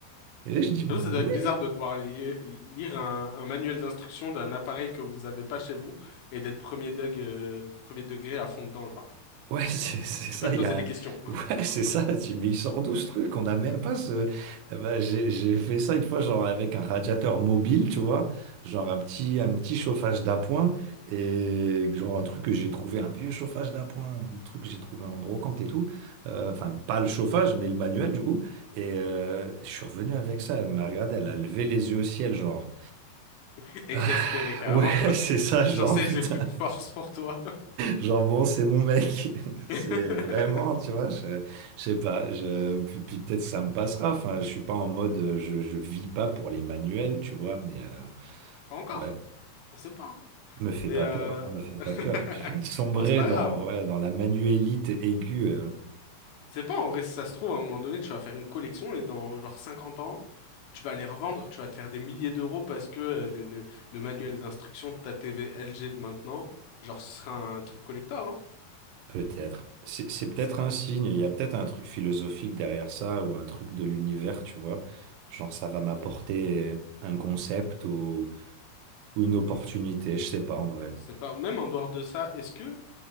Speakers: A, on the right; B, on the left.
A: Et là, je dis,
B: J'avoue, Ça doit
A: oui,
B: être bizarre de devoir lier- lire un, un manuel d'instruction d'un appareil que vous avez pas chez vous et d'être premier, deg- euh, premier degré à fond dedans, genre.
A: ouais, <laughs> c'est c'est
B: Tu
A: ça,
B: peux te
A: il
B: poser
A: y a...
B: des questions.
A: <laughs> Ouais, c'est ça, Je dis, mais il sort d'où ce truc? On n'a même pas ce... Eh ben, j'ai j'ai fait ça une fois, genre avec un radiateur mobile, tu vois, genre un petit, un petit chauffage d'appoint, et genre un truc que j'ai trouvé, un vieux chauffage d'appoint, un truc que j'ai trouvé en brocante et tout, Euh, enfin, pas le chauffage, mais le manuel, du coup, et euh, je suis revenu avec ça, elle m'a regardé, elle a levé les yeux au ciel, genre...
B: <laughs> Exaspéré,
A: Ah,
B: carrément.
A: ouais,
B: <laughs>
A: <laughs> c'est ça, genre,
B: J'en sais,
A: putain.
B: j'ai plus de force pour toi.
A: Genre bon, c'est mon mec. <laughs>
B: <laughs>
A: C'est vraiment, tu vois, je, je sais pas. Je, puis puis peut-être ça me passera. Enfin, je suis pas en mode, euh, je, je vis pas pour les manuels, tu vois. Mais euh,
B: Pas encore.
A: ouais,
B: On sait pas. hein.
A: me fait
B: Mais
A: pas
B: euh...
A: peur, me fait pas peur.
B: <laughs>
A: Je vais sombrer
B: bon, c'est pas
A: dans,
B: grave.
A: ouais, dans la manuélite aiguë, euh,
B: C'est pas en vrai, si ça se trouve, à un moment donné, tu vas faire une collection et dans genre 50 ans, tu vas les revendre, tu vas te faire des milliers d'euros parce que euh, le, le, le manuel d'instruction de ta TV LG de maintenant, genre ce sera un truc collector, hein.
A: peut-être. C'est c'est peut-être
B: On sait pas.
A: un signe. Il y a peut-être un truc philosophique derrière ça ou un truc de l'univers, tu vois. Genre ça va m'apporter un concept ou, ou une opportunité. Je sais pas en vrai.
B: On sait pas. Ou même en dehors de ça, est-ce que,